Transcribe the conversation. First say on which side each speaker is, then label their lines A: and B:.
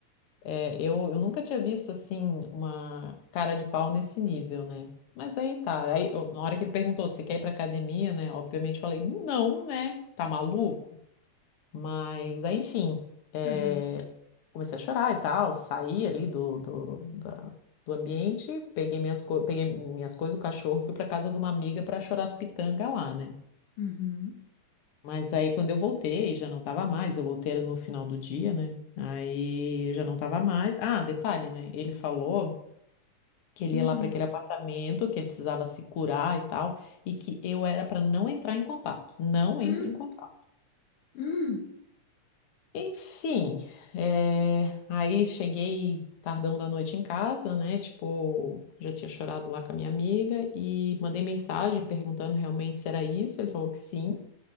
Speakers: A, on the left; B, on the left.
A: É, eu, eu nunca tinha visto assim uma cara de pau nesse nível, né? Mas aí tá. Aí, eu- na hora que ele perguntou se quer ir pra academia, né? Obviamente eu falei, não, né? Tá maluco? Mas aí, enfim, é,
B: Aham,
A: comecei a chorar e tal, saí ali do, do, da- do ambiente, peguei minhas, co- peguei minhas coisas, o cachorro, e fui pra casa de uma amiga pra chorar as pitangas lá, né?
B: uhum,
A: Mas aí quando eu voltei, já não tava mais, eu voltei era no final do dia, né? Aí já não tava mais. Ah, detalhe, né? Ele falou que ele
B: hum,
A: ia lá para aquele apartamento, que ele precisava se curar e tal, e que eu era para não entrar em contato. Não
B: hum,
A: entre em contato.
B: hum.
A: Enfim, eh, aí cheguei tardão da noite em casa, né? Tipo, já tinha chorado lá com a minha amiga e mandei mensagem perguntando realmente se era isso. Ele falou que sim.